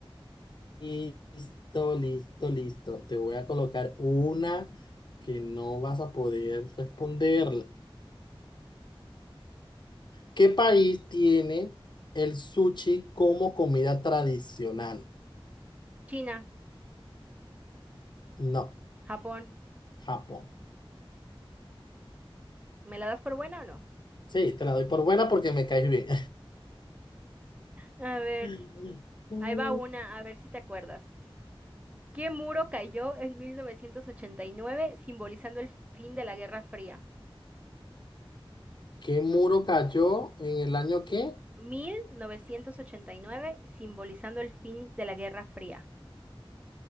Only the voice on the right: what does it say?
China,
Japón.
¿Me la das por buena o no?
A ver,
ahí va una, a ver si te acuerdas. ¿Qué muro cayó en 1989, simbolizando el fin de la Guerra Fría?
1989, simbolizando el fin de la Guerra Fría.